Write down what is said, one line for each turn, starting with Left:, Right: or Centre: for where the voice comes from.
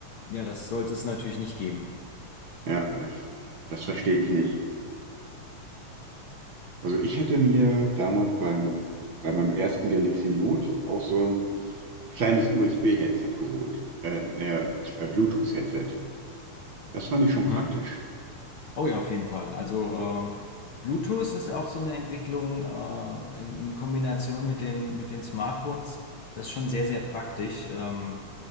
Left: Ja, das sollte es natürlich nicht geben.
Right: Ja, äh, das verstehe ich nicht. Also ich hätte mir damals beim, bei meinem ersten Galaxy Note auch so ein kleines USB-Headset geholt. Äh, naja, äh, Bluetooth-Headset. Das fand ich schon praktisch.
Left: Hm? Oh ja, auf jeden Fall. Also ähm, Bluetooth ist auch so eine Entwicklung äh, in, in Kombination mit den, mit den Smartphones. Das ist schon sehr, sehr praktisch. Ähm,